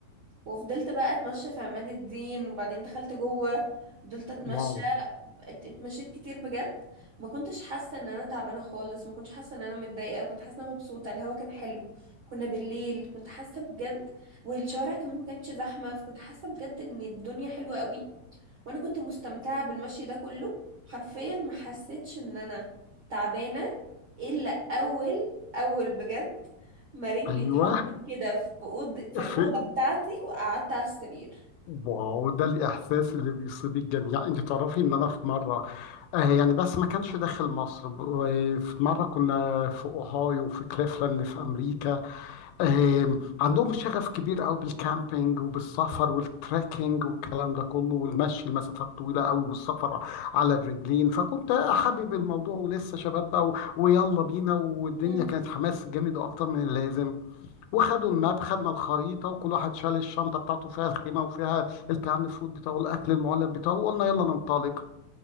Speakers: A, on the right; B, on the left.
A: وفضلت بقى اتمشى في عماد الدين وبعدين دخلت جوه فضلت اتمشى
B: واو
A: ات- اتمشيت كتير بجد ما كنتش حاسه ان انا تعبانه خالص ما كنتش حاسه ان انا متضايقه كنت حاسه ان انا مبسوطه الهوا كان حلو كنا بالليل كنت حاسه بجد والشوارع كمان ما كانتش زحمه فكنت حاسه بجد ان الدنيا حلوه قوي وانا كنت مستمتعة بالمشي ده كله حرفيا ما حسيتش ان انا تعبانة الا اول اول بجد ما رجلي
B: أيوه
A: اتحطت كده في أوض في
B: <laughs>
A: الأوضة
B: في
A: بتاعتي وقعدت على السرير
B: واو ده الإحساس اللي بيصيب الجميع يعني أنت تعرفي إن أنا في مرة آه يعني بس ما كانش داخل مصر ب- آه، في مرة كنا في أوهايو في كليفلاند في أمريكا آه عندهم شغف كبير قوي بالكامبينج وبالسفر والتريكينج والكلام ده كله والمشي المسافات طويلة قوي والسفر على الرجلين فكنت حابب الموضوع ولسه شباب بقى و- ويلا بينا والدنيا
A: مم.
B: كانت حماس جامد أكتر من اللازم وخدوا الماب خدنا الخريطه وكل واحد شال الشنطه بتاعته فيها الخيمه وفيها الكان فود بتاعه الاكل المعلب بتاعه وقلنا يلا ننطلق